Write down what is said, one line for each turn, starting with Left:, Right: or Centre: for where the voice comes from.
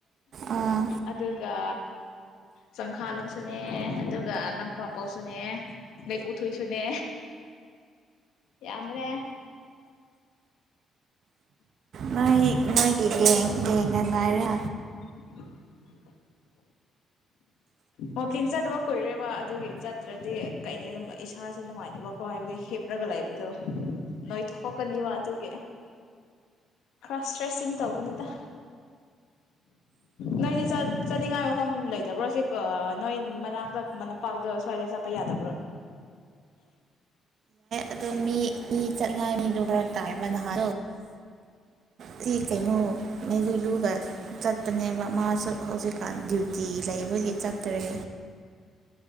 Right: ꯑꯥ
Left: ꯑꯗꯨꯒ ꯆꯪꯈꯥꯂꯨꯡꯁꯨꯅꯦ ꯑꯗꯨꯒ ꯂꯪꯈ꯭ꯋꯥꯝꯄꯧꯁꯨꯅꯦ ꯂꯩꯩꯄꯨꯊꯣꯏꯁꯨꯅꯦ ꯌꯥꯝꯅꯦ
Right: ꯅꯣꯏ ꯅꯣꯏꯒꯤ ꯌꯦꯡꯅ ꯉꯥꯏꯔꯦ
Left: <inaudible> ꯋꯥꯋꯀꯤꯡ ꯆꯠꯇꯕ ꯀꯨꯏꯔꯦꯕ ꯑꯗꯨꯒꯤ ꯆꯠꯇ꯭ꯔꯗꯤ ꯀꯩ ꯑꯗꯨꯝ ꯏꯁꯥꯁꯦ ꯅꯨꯡꯉꯥꯏꯇꯕꯀꯣ ꯍꯥꯏꯕꯗꯨ ꯍꯦꯞꯂꯒ ꯂꯩꯕꯗꯣ ꯅꯣꯏ ꯊꯣꯛꯀꯅꯤꯕ ꯑꯗꯨꯒꯤ ꯈꯔ ꯏꯁꯇ꯭ꯔꯦꯁꯤꯡ ꯇꯧꯧꯕꯅꯤꯗ ꯅꯣꯏꯗꯤ ꯆꯠꯅꯤꯡꯉꯥꯏ ꯃꯐꯝ ꯂꯩꯇꯕ꯭ꯔꯣ ꯁꯤ ꯅꯣꯏ ꯃꯅꯥꯛꯇꯄꯥꯛꯇ ꯁ꯭ꯋꯥꯏꯗ ꯆꯠꯄ ꯌꯥꯗꯕ꯭ꯔꯣ
Right: ꯑꯗꯨꯗꯣ ꯃꯤ ꯆꯉꯅꯤ ꯍꯔ ꯇꯥꯏꯕ ꯍꯥ ꯀꯩꯅꯣ ꯃꯩꯂꯨꯂꯨꯒ ꯆꯠꯄꯅꯦꯕ ꯃꯥꯁꯨ ꯍꯧꯖꯤꯛꯀꯥꯟ ꯗ꯭ꯌꯨꯇꯤ ꯂꯩꯕꯒꯤ ꯆꯠꯇ꯭ꯔꯦ